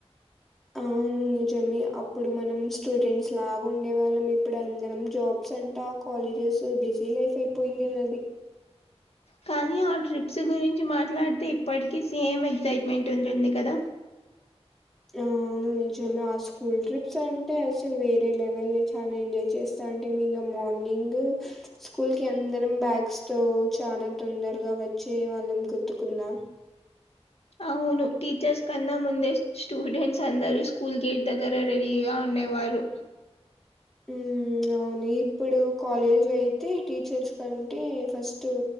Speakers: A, in the centre; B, on the left (about 65°).
A: అవును నిజమే అప్పుడు మనం స్టూడెంట్స్ లాగా ఉండే వాళ్ళం ఇప్పుడు అందరం జాబ్ స్ అంటా హాలిడేస్ బిజీ లైఫ్ అయిపోయింది అండీ
B: కానీ ఆ ట్రిప్స్ గురించి మాట్లాడితే ఇప్పటికీ సేమ్ ఎగ్జైట్మెంట్ ఉంటుంది కదా
A: ఆ నువ్ నుల్చున్న నుంచి ఆ స్కూల్ ట్రిప్స్ అంటే అసలు వేరే లెవెల్ చాలా ఎంజాయ్ చేస్తాంటిమి ఇంకా మార్నింగ్ స్కూల్ కి అందరం బ్యాగ్స్ తో చాలా తొందరగా వచ్చే వాళ్ళం గుర్తుకుందా
B: అవును టీచర్స్ కన్నా ముందే స్టూడెంట్స్ అందరూ స్కూల్ గేట్ దగ్గర రెడీగా ఉండేవారు
A: ఉమ్ అవును ఇప్పుడు కాలేజ్ అయితే టీచర్స్ కంటే ఫస్ట్